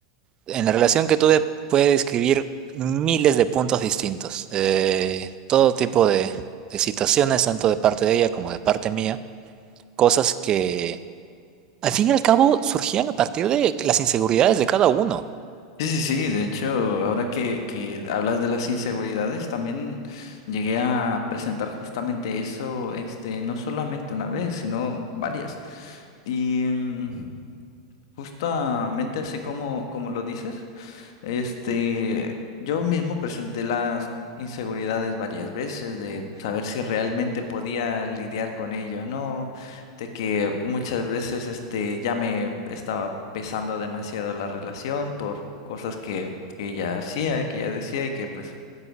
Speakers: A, on the right; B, on the left.
A: En la relación que tuve puede describir miles de puntos distintos, eh, todo tipo de, de situaciones, tanto de parte de ella como de parte mía, cosas que al fin y al cabo surgían a partir de las inseguridades de cada uno.
B: Sí, sí, sí, de hecho, ahora que, que hablas de las inseguridades, también llegué a presentar justamente eso, este, no solamente una vez, sino varias. Y mm, justamente así como, como lo dices. Este, yo mismo presenté las inseguridades varias veces de saber si realmente podía lidiar con ello, ¿no? De que muchas veces este ya me estaba pesando demasiado la relación por cosas que, que ella hacía, que ella decía y que pues